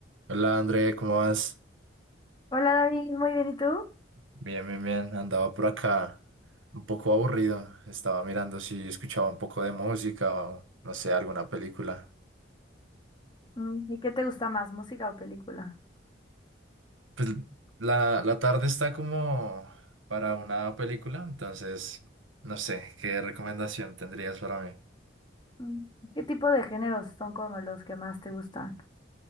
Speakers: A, on the right; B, on the left.
A: Hola André, ¿cómo vas?
B: Hola David, muy bien, ¿y tú?
A: Bien, bien, bien. Andaba por acá un poco aburrido. Estaba mirando si escuchaba un poco de música o no sé, alguna película.
B: Mm, ¿Y qué te gusta más, música o película?
A: Pues la, la tarde está como para una película, entonces no sé, ¿qué recomendación tendrías para mí?
B: Mm, ¿Qué tipo de géneros son como los que más te gustan?